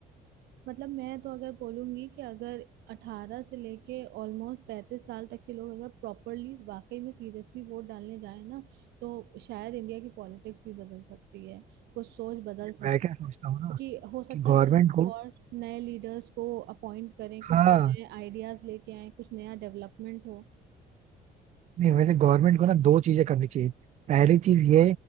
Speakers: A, on the right; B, on the right.
A: मतलब मैं तो अगर बोलूंगी कि अगर 18 से लेके ऑलमोस्ट 35 साल तक के लोग अगर प्रॉपरली वाकई में सीरियसली वोट डालने जाए ना तो शायद इंडिया की पॉलिटिक्स भी बदल सकती है कुछ सोच बदल सकती
B: मैं क्या सोचता हूँ ना
A: कि हो सकता
B: कि गवर्नमेंट
A: है वो लोग कुछ
B: को
A: और नए लीडर्स को अपॉइंट करें कुछ
B: हाँ
A: नए आइडियाज लेके आए कुछ नया डेवलपमेंट हो
B: नहीं वैसे गवर्नमेंट को ना दो चीजें करनी चाहिए पहली चीज ये